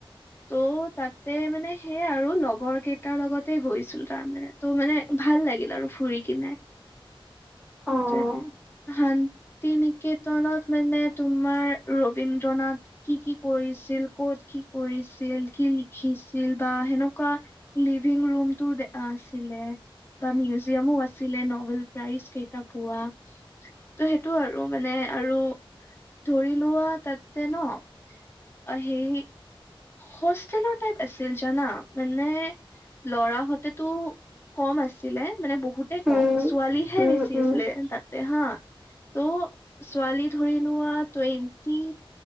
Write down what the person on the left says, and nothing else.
ত' তাতে মানে সেইয়া আৰু লগৰ কেইটাৰ লগতে গৈছিলো। তাৰ মানে ত' মানে ভাল লাগিল আৰু ফুৰি কিনে।
যে ভাল। <inaudible> শান্তি নিকেতনত মানে তোমাৰ ৰবীন্দ্ৰ নাথ কি কি কৰিছিল ক'ত কি কৰিছিল কি লিখিছিল বা সেনেকুৱা লিভিং ৰুমটো আছিলে বা মিউজিয়াম ও আছিলে ন'বেল প্ৰাইজ কেইটা পোৱা। ত' সেইটো আৰু মানে আৰু ধৰি লোৱা তাতে ন অ সেই হোষ্টেলত টাইপ আছিল জানা মানে ল'ৰা হতে টো কম আছিলে মানে বহুতে
কম ছোৱালীহে
বেছি
আছিলে তাত তাতে হা ত ছোৱালী ধৰি লোৱা টুৱেন্টি